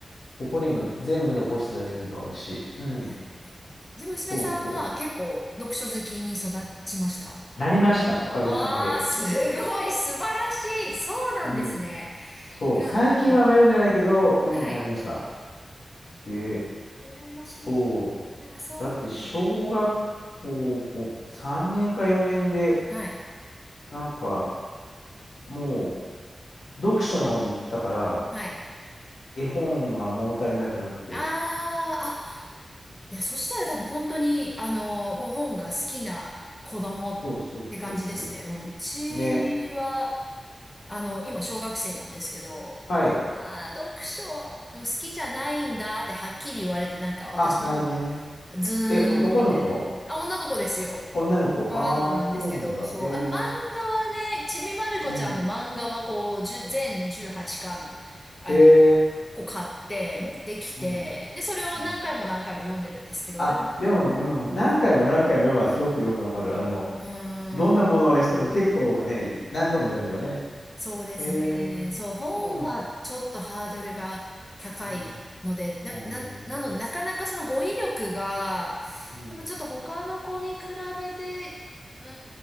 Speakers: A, on the left; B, on the left.
A: ここにも全部残してないけどあるし、うん、
B: はい。じゃあ、娘さんは結構読書好きに育ちました
A: そうそう。なりました、おかげさまで。
B: ああー、すごい、素晴らしい。そうなんですね。
A: うん。そう、
B: いや、
A: 最近はあんま読んでないけど、
B: もう、
A: うん、
B: はい。
A: なりました。え
B: 羨ましいいいな、
A: そう、
B: そうなんですね。
A: だって小学校3年か4年で、
B: はい。
A: なんか、もう、読書の方に行ったから、
B: はい。
A: 絵本が物足りなくなって。
B: ああ、あ、いや、そしたら多分本当に、あの、もう本が好きな子供って感じですね。
A: そうそうそうそ
B: もう、うちは、
A: う。ね。
B: あの、今、小学生なんですけど、
A: はい。
B: まあ、あー読書うん好きじゃないんだってはっきり言われて、なんか私の方が、
A: あ、なるほどね。
B: ズーンみたいな。
A: え、男の子
B: あ、女の子ですよ。
A: 女の子ああー、
B: 女の子なんですけど、
A: そうなんだ。
B: そう、
A: へえ。
B: あの漫画はね、ちびまる子ちゃんの漫画はこう、
A: うん。
B: 1全18巻、あの、
A: へえ。
B: こう買って、持ってきて、
A: うん。
B: で、それを何回も何回も読んでるんですけど、
A: うん。あ、
B: でも、
A: でも、うん。
B: うん、
A: 何回も何回も読むのはすごくよくわかる。あの、
B: うーん。
A: どんなものにしても結構ね、何度も読むよね。
B: そうですね。
A: へえ。
B: そう、本はちょっとハードルが高いので、
A: そうなんだ。うん。
B: な、
A: なるほどね。
B: な、なので、なかなかその語彙力が、
A: うん。
B: やっぱちょっと他の子に比べて、うー